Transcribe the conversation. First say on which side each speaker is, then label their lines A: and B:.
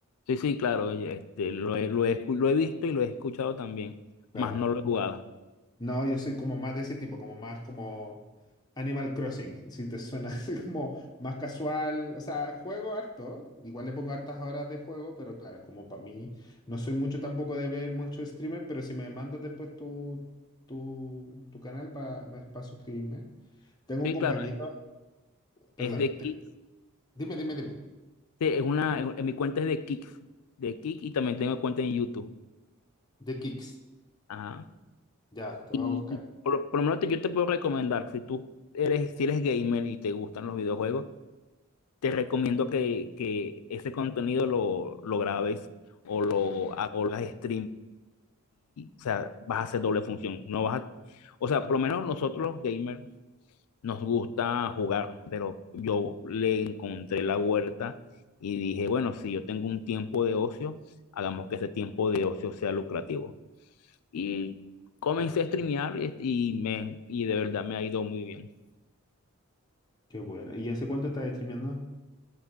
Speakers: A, on the left; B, on the left.
A: Sí, sí, claro, oye, este, lo, he, lo he escu- lo he visto y lo he escuchado también,
B: Claro.
A: más no lo he jugado.
B: No, yo soy como más de ese tipo, como más como Animal Crossing, si te suena <laughs> así como más casual, o sea, juego harto, igual le pongo hartas horas de juego, pero claro, es como para mí, no soy mucho tampoco de ver mucho streamer, pero si me mandas después tu, tu, tu canal para suscribirme. Tengo
A: Sí,
B: un compañero,
A: claro,
B: perdón,
A: es de Kick,
B: te- dime, dime, dime,
A: sí, es una, en mi cuenta es de Kick, de Kick y también tengo cuenta en YouTube.
B: de Kicks,
A: Ajá.
B: ya, te
A: Y,
B: voy a buscar.
A: y por, lo por lo menos te- yo te puedo recomendar, si tú eres, si eres gamer y te gustan los videojuegos, te recomiendo que, que ese contenido lo, lo grabes o lo, ha- o lo hagas stream o sea, vas a hacer doble función. No vas a, o sea, por lo menos nosotros los gamers nos gusta jugar, pero yo le encontré la huerta y dije, bueno, si yo tengo un tiempo de ocio, hagamos que ese tiempo de ocio sea lucrativo. Y comencé
B: Claro.
A: a streamear y, y me, y de verdad me ha ido muy bien.
B: Qué bueno, ¿y hace cuánto estás streameando?